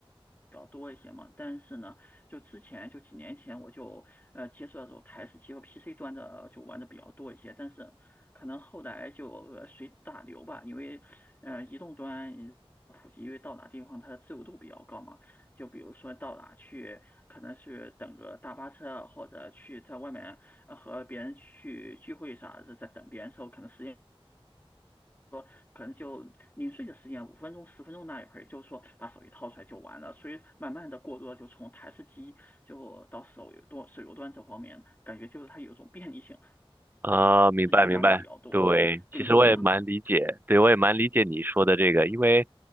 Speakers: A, on the left; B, on the right.
A: 比较多一些嘛，但是呢，就之前就几年前我就呃接触到这种台式机和 PC 端的就玩的比较多一些，但是可能后来就呃随大流吧，因为呃移动端呃普及，因为到哪地方它的自由度比较高嘛，就比如说到哪去，可能是等个大巴车或者去在外面呃和别人去聚会啥，是在等别人的时候，可能时间说可能就零碎的时间，五分钟、十分钟那一会儿，就是说把手机掏出来就完了。所以慢慢的过渡了就从台式机就到手游端手游端这方面，感觉就是它有一种便利性，
B: 啊，明白明白，
A: 是机玩的比较多的，
B: 对，
A: 跟你一样。
B: 其实我也蛮理解，对我也蛮理解你说的这个，因为